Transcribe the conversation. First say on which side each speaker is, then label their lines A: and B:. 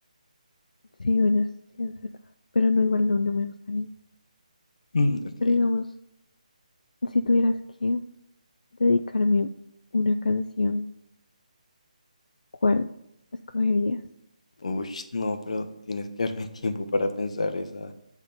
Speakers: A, on the left; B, on the left.
A: sí, bueno, sí, es verdad. Pero no, igual no, no me gusta ninguna.
B: Mm, Ok.
A: Pero digamos, si tuvieras que dedicarme una canción, ¿cuál escogerías?
B: Uy, no, pero tienes que darme <laughs> tiempo para pensar esa,